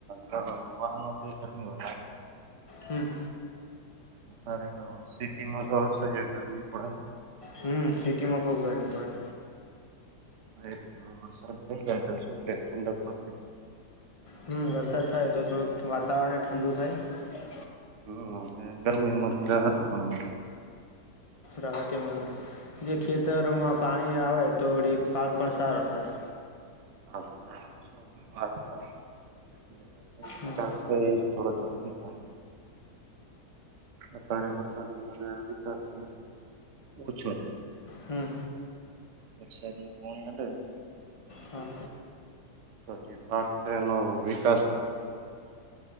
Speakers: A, on the right; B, on the left.
A: હા વાહનો કે તોમ હો
B: હમ
A: અતારે, તો સિટીમા તો સહ ગરમી પડે
B: હમ, સિટીમાં ખૂબ ગરમી પડે
A: ટલે હા વરસાદ થઈ ગયો, તો શું કે ઠંડક પા
B: હમ, વરસાદ થાય તો થોડુંક વાતાવરણને ઠડુ થાય.
A: હમ, અને ગરમીમાંથી રાહત પણ મળ
B: રાતેમા જે ખેતરમાં પાણી આવે તોડી પાક પણ સારો થાય.
A: હા, થોડ
B: હમ
A: <unintelligible> અત્યારે વરસાદ ન વિકાસ તો ઓછો થાય
B: હમ
A: પ શ પોણ એડે
B: હા
A: જે પાક છે એનો વિકાસ